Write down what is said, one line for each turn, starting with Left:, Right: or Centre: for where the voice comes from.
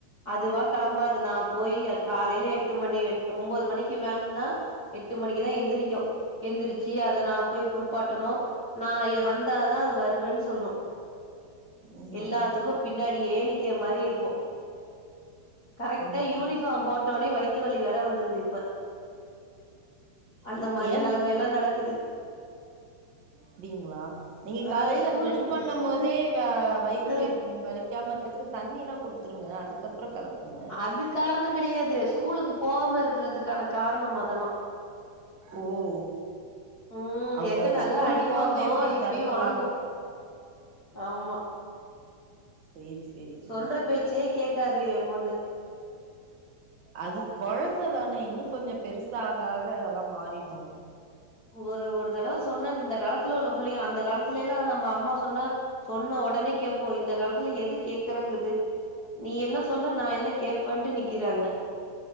Left: அதுவா கெளம்பாது நா போய் காலையில எட்டு மணி ஒன்பது மணிக்கு வேனுன்னா எட்டு மணிக்குதா எந்திரிக்கு எந்திரிச்சு அதை நா போய் குளிப்பாட்டனு நா இ வந்தாதா அது வருவேன்னு சொல்லு
Right: ம்
Left: எல்லாத்துக்கு
Right: ம்
Left: பின்னாடியே நிக்கிற மாரி இருக்கு கரெக்ட்டா
Right: ம்
Left: யூனிஃபார்ம்
Right: ம்
Left: போட்டோனே வயித்து வலி வேற வந்துருது இப்ப அந்த
Right: ஏ
Left: மாரி
Right: ஏன்
Left: நிலைமை
Right: தி
Left: எல்லா நடக்குது
Right: அப்டிங்ளா நீங்க
Left: ஆ
Right: காலையில
Left: ஸ்கூலுக்கு
Right: ப்ரஷ் பண்ணம் போதே வயிறு
Left: ஆ
Right: வலி க்காம இருக்கறதுக்கு தண்ணில்லா குடுத்துருங்க அதுக்கப்புறொ கெளப்புங்க
Left: அது காரணங் கெடையாது ஸ்கூலுக்கு போவாம இருக்கிறதுக்கான காரணம் அததெல்லா
Right: ஓ ஓ
Left: ம்
Right: அவங்க
Left: என்ட்ட நல்லா
Right: ஸ்கூல்
Left: அடி
Right: போகாம
Left: வாங்கூ
Right: எப்டி
Left: இப்பயு
Right: தடுக்கலான்னு
Left: வாங்கூ ஆமா
Right: சேரி சேரி
Left: சொல்ற
Right: தோழி
Left: பேச்சே கேக்காது என் பொண்ணு
Right: அது கொழந்ததானே இன்னு கொஞ்ச பெருசா ஆக ஆக அதெல்லாம் மாறிடூ
Left: ஒரு ஒரு தடவ சொன்ன இந்த காலத்துல உள்ள புள்ளைங்க அந்த காலத்துல எல்லா நம்ப அம்மா சொன்னா சொன்ன ஒடனே கேப்போ இந்த காலத்துல எது கேக்குறங்குது நீ என்ன சொல்ல நா என்ன கேப்பன்ட்டு நிக்கிறாங்க